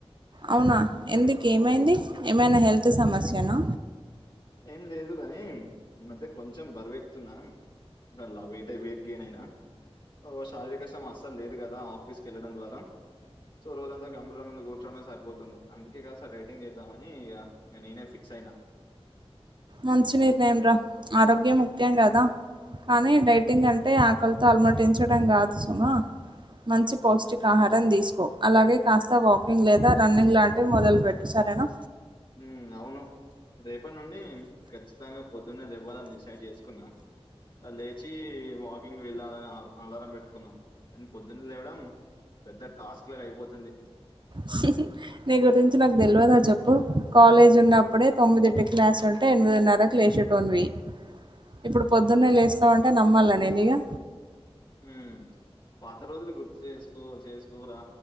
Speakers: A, on the right; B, on the left.
A: అవునా ఎందుకు ఏమైంది ఏమైనా హెల్త్ సమస్యనా
B: ఏం లేదు గాని ఈ మధ్య కొంచెం బరువెక్తున్నా చాల వెయిటై వెయిట్ గెయిన్ అయినా ఓ శారీరక శ్రమ అస్సలు లేదు కదా ఆఫీస్ కి వెళ్ళడం ద్వారా సో రోజంతా కంప్యూటర్ ముందు కూర్చోవడమె సరిపోతుంది అందుకే కాస్త డైటింగ్ చేద్దామని ఇగ ఇగ నేనే ఫిక్స్ అయిన
A: మంచి నిర్ణయం రా ఆరోగ్యం ముఖ్యం కదా కానీ డైటింగ్ అంటే ఆకలితో అల్మటించడం కాదు సుమా మంచి పౌష్టిక ఆహారం తీసుకో అలాగే కాస్త వాక్ వాకింగ్ లేదా రన్నింగ్ లాంటివి మొదలు పెట్టు సరేనా
B: ఉం అవును రేపటి నుండి ఖచ్చితంగా పొద్దున్నే లెవ్వాలని డిసైడ్ చేసుకున్న అ లేచి వాకింగ్ వెళ్ళాలని ఆ అలారం పెట్టుకున్న కానీ పొద్దున్న లేవడం పెద్ద టాస్క్ లాగా అయిపోతుంది
A: హ హ నీ గురించి నాకు తెలువదా చెప్పు కాలేజ్ ఉన్నప్పుడే తొమ్మిదింటికి లెసడు అంటే ఎనిమిదిన్నరకు లేచేటోనివి ఇప్పుడు పొద్దున్నే లేస్తావు అంటే నమ్మాల నేనిగా
B: ఉం పాత రోజులు గుర్తు చేసుకో చేసుకోరా